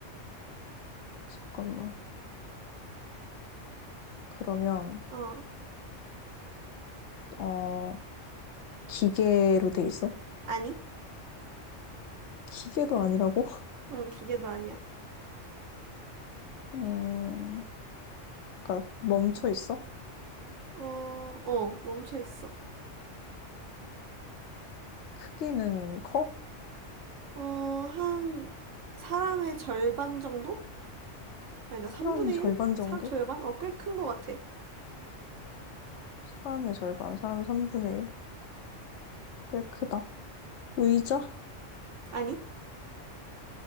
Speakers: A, on the left; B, on the right.
A: 잠깐만. 그러면,
B: 어,
A: 어, 기계로 돼 있어?
B: 아니.
A: 기계도 아니라고? <laughs>
B: 응, 기계도 아니야.
A: 음, 그러니까 멈춰 있어?
B: 어, 어, 멈춰 있어.
A: 크기는 커?
B: 어, 한 사람의 절반 정도? 아니다,
A: 사람의
B: 3분의
A: 절반
B: 1?
A: 정도?
B: 사, 절반? 어, 꽤 큰 것 같아.
A: 사람의 절반, 사람 3분의 1. 꽤 크다. 의자?
B: 아니,